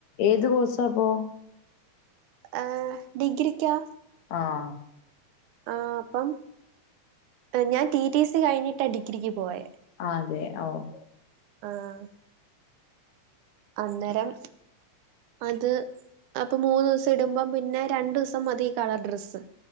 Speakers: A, on the left (about 65°); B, on the right (about 75°).
A: ഏത് കേഴ്സാപൊ
B: ഏ ഡിഗ്രിക്കാ.
A: ആഹ്.
B: ആഹ് പ്പം ഞാൻ ടി ടി സി കഴിഞ്ഞിട്ടാ ഡിഗ്രിക്ക് പോയെ
A: ആതെ ഓഹ്
B: ആഹ് അന്നേരം. അത് അപ്പൊ മൂന്നൂസടുമ്പം പിന്നെ രണ്ടൂസം മതീ കളർ ഡ്രസ്സ്.